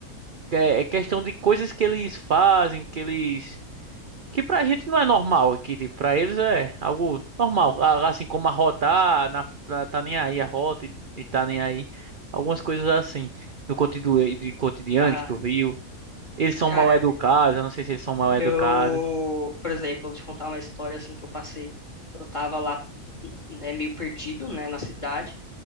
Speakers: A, on the right; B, on the left.
A: É, é questão de coisas que eles fazem, que eles que pra gente não é normal, que tipo, pra eles é algo normal, A- assim como arrotar, na, na- tá nem aí a rota e, e tá nem aí. Algumas coisas assim do cotidiano, de cotidiano
B: Ah,
A: que tu viu. Eles são
B: cara,
A: mal educados, eu não sei se eles são mal
B: eu...
A: educados.
B: Por exemplo, eu vou te contar uma história, assim, que eu passei. Eu tava lá, né, meio perdido, né, na cidade.